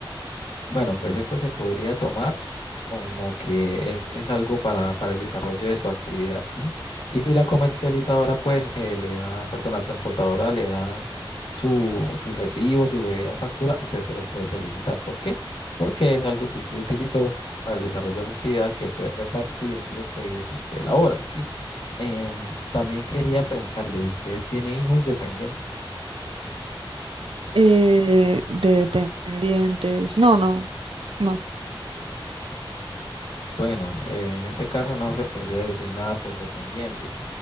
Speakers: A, on the left (about 75°); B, on the right (about 80°).
A: Bueno, pues esto se podría tomar como que es, es algo para, para el desarrollo de su actividad, ¿sí? Y si la comercializadora, pues, eh, le da, perdón, la transportadora le da su, su recibo, su breve factura, usted se lo puede solicitar. ¿Por qué? Porque es algo que usted utilizó para el desarrollo de su actividad, que fue repartir los pedidos que usted elabora, ¿sí? Em, también quería preguntarle, ¿usted tiene hijos dependientes?
B: Eh, dependientes. No, no, no.
A: Bueno, eh, en este caso no se podría deducir nada por dependientes,